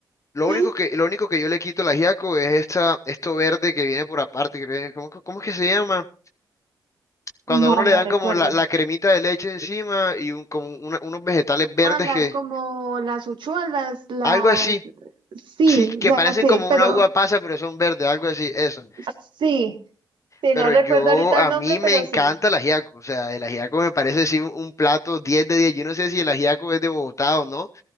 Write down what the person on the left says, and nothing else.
Lo
único que, lo único que yo le quito al ajiaco es esta, esto verde que viene por aparte. creo que- viene- ¿Cómo, cómo es que se llama? Cuando
a uno le
dan
como la, la cremita de leche encima y un- como una- unos vegetales verdes
que...
Algo así.
Sí, que
parecen
como
una uva pasa, pero son verdes, algo así, eso.
Pero
yo,
a
mí me
encanta
el ajiaco. O sea, el ajiaco me parece sí un, un plato 10 de 10. Yo no sé si el ajiaco es de Bogotá o no